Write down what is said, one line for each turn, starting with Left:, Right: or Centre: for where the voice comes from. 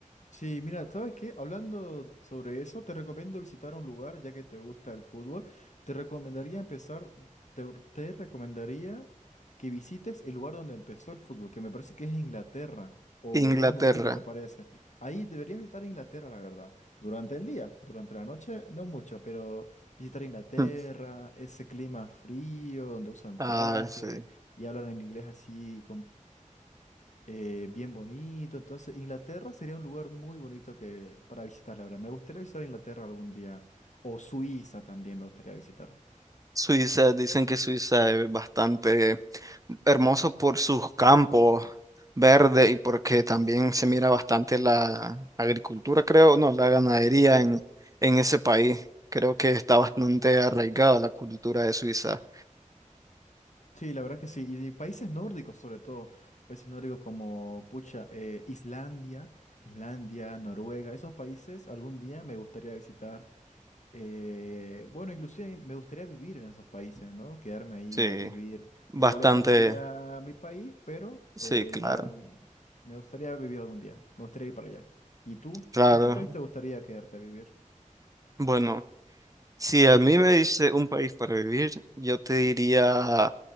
Left: Sí, mira, ¿sabes qué? Hablando sobre eso, te recomiendo visitar un lugar, ya que te gusta el fútbol. Te recomendaría empezar, te, te recomendaría que visites el lugar donde empezó el fútbol, que me parece que es Inglaterra o
Right: Inglaterra.
Left: Reino Unido, me parece. Ahí deberías visitar Inglaterra, la verdad. Durante el día, durante la noche, no mucho, pero visitar Inglaterra,
Right: Mm.
Left: ese clima frío donde usan
Right: Ah,
Left: traje
Right: sí.
Left: y hablan el inglés así eh, bien bonito. Entonces, Inglaterra sería un lugar muy bonito que, para visitar, la verdad. Me gustaría visitar Inglaterra algún día. O Suiza también me gustaría visitar.
Right: Suiza, dicen que Suiza es bastante hermoso por sus campos verdes y porque también se mira bastante la agricultura, creo, no, la ganadería en, en ese país. Creo que está bastante arraigada la cultura de Suiza.
Left: Sí, la verdad que sí. Y, y países nórdicos, sobre todo. Países nórdicos como, pucha, eh, Islandia, Islandia, Noruega. Esos países algún día me gustaría visitar. Eh, bueno, inclusive me gustaría vivir en esos países, ¿no? Quedarme ahí
Right: Sí,
Left: a vivir.
Right: bastante,
Left: Igual extrañaría mi país, pero
Right: sí,
Left: eh,
Right: claro,
Left: igual me gustaría vivir algún día. Me gustaría ir para allá. ¿Y tú?
Right: claro.
Left: ¿En qué país te gustaría quedarte a vivir?
Right: Bueno. Si a mí me dice un país para vivir, yo te diría